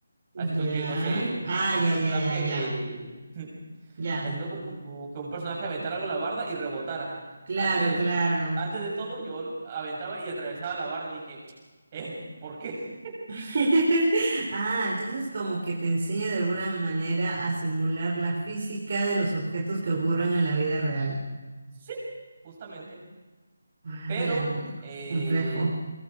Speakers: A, on the right; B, on the right.
A: haciendo
B: ya.
A: que, no sé,
B: Ah,
A: un
B: ya,
A: personaje
B: ya, ya, ya.
A: <laughs>
B: Ya.
A: haciendo como que un personaje aventara algo a la barda y rebotara.
B: Claro,
A: Antes,
B: claro.
A: antes de todo, yo aventaba y atravesaba la barda y dije, eh, ¿por qué? <laughs>
B: <laughs> Ah, entonces como que te enseña de alguna manera a simular la física de los objetos que ocurren en la vida real.
A: Sí, justamente.
B: Ah,
A: Pero
B: la mierda,
A: eh,
B: qué complejo.